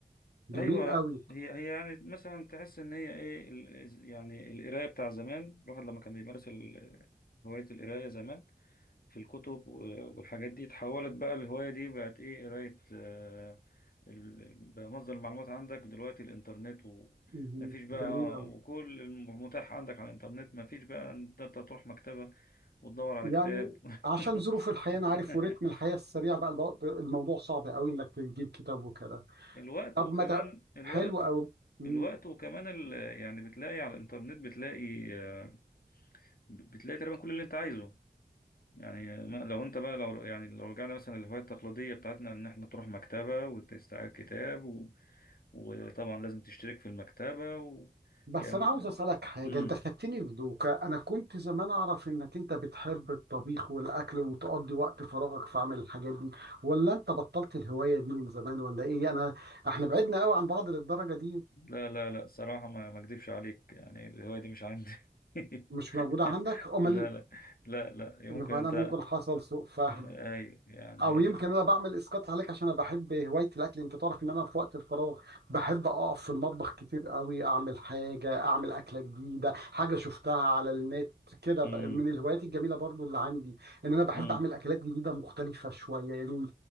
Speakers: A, on the left; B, on the right.
A: ايوه
B: جميل قوي
A: هي هي يعني مثلا تحس ان هي ايه ال- يعني القرايه بتاع زمان الواحد لما كان بيمارس ال- هوايه القرايه زمان في الكتب و- والحاجات دي اتحولت بقى الهوايه دي بقت ايه قرايه آه، ال- بقى مصدر المعلومات عندك دلوقتي الانترنت ومفيش
B: مهم.
A: بقى
B: جميل قوي
A: وكل المتاح عندك على الانترنت مفيش بقى ان انت تروح مكتبه وتدور على
B: يعني
A: كتاب
B: عشان
A: <laughs>
B: ظروف الحياة أنا عارف ورتم الحياة السريع بقى الوقت- الموضوع صعب قوي إنك تجيب كتاب وكده
A: الوقت
B: طب
A: وكمان
B: ما ده
A: الوقت
B: حلو أوي مم.
A: الوقت وكمان ال... يعني بتلاقي على الانترنت بتلاقي آه، بتلاقي تقريبا كل اللي انت عايزه يعني ما- لو انت بقى لو يعني لو رجعنا مثلا للهواية التقليدية بتاعتنا ان احنا تروح مكتبة وتستعير كتاب و... وطبعا لازم تشترك في المكتبة و...
B: بس
A: يا م...
B: أنا عاوز أسألك حاجة
A: مم.
B: أنت خدتني في دوكا أنا كنت زمان أعرف إنك أنت بتحب الطبيخ والأكل وتقضي وقت فراغك في عمل الحاجات دي ولا أنت بطلت الهواية دي من زمان ولا إيه أنا إحنا بعدنا قوي عن بعض للدرجة دي
A: لا لا لا صراحة ما ما اكدبش عليك يعني الهواية دي مش عندي <laughs>
B: مش موجودة عندك أمال
A: لا لا لا لا
B: يبقى
A: ممكن انت
B: أنا ممكن حصل سوء فهم
A: اي يعني
B: او يمكن انا بعمل اسقاط عليك عشان انا بحب هوايه الاكل انت تعرف ان انا في وقت الفراغ بحب اقف في المطبخ كتير قوي اعمل حاجه اعمل اكله جديده حاجه شفتها على النت كده
A: مم.
B: بقى من الهوايات الجميله برضو اللي عندي ان انا بحب
A: مم.
B: اعمل اكلات جديده مختلفه شويه يعني